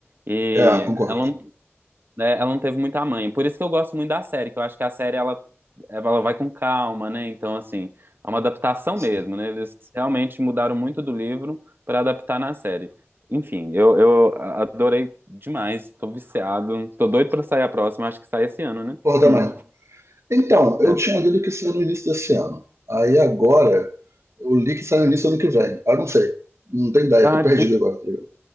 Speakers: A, on the right; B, on the right.
A: E
B: É, concordo.
A: ela, não- né, ela não teve muita mãe. Por isso que eu gosto muito da série, que eu acho que a série ela, ela vai com calma, né? Então, assim, é uma adaptação
B: Sim.
A: mesmo, né? Eles realmente mudaram muito do livro para adaptar na série. Enfim, eu, eu adorei demais, tô viciado, tô doido para sair a próxima, acho que sai esse ano, né?
B: Porra, também.
A: Hum,
B: Então, eu
A: é.
B: tinha lido que seria no início desse ano. Aí agora, Eu li que sai no início do ano que vem. Ah, não sei. Não tenho ideia,
A: Ai,
B: tô perdido agora, tá ligado?